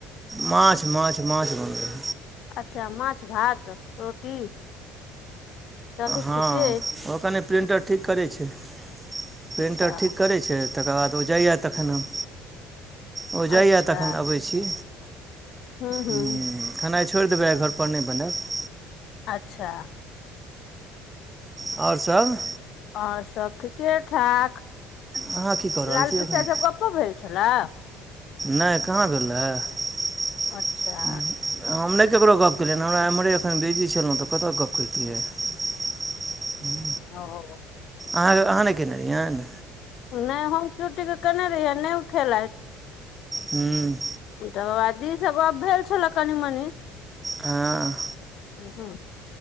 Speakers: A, on the right (about 15°); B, on the left (about 65°).
A: माछ, माछ, माछ बनलै।
B: अच्छा माछ, भात, रोटी। चलू
A: हँ
B: ठीके अछि
A: ओ कनि प्रिन्टर ठीक करै छै, प्रिन्टर
B: अच्छा
A: ठीक करै छै। तकर बाद ओ जाइया तखन हम, ओ जाइये
B: अच्छा
A: तखन अबै छी।
B: हूँ हूँ
A: हॅं खेनाइ छोड़ि देबै, आय घर पर नहि बनायब।
B: अच्छा।
A: आओर सब?
B: आओर सब ठीके ठाक,
A: अहाँ की कऽ रहल
B: लाल
A: छी
B: पीसा
A: एखन
B: सऽ गप्पो भेल छलए?
A: नहि कहाँ भेल रहे।
B: अच्छा
A: हम नहि ककरो गप्प केलियै हमरा एम्हरे एखन बिजी छलहुँ तऽ कतय गप्प करतियै। हू
B: ह।
A: अहाँ अहाँ नहि केने रहिैयेन?
B: नहि हम क्यूटीके केने रहियै नहि उ खेलथि।
A: ह्म्म।
B: तकरबाद ईसभ गप्प भेल छलए कनि मनि।
A: हँ।
B: ह हू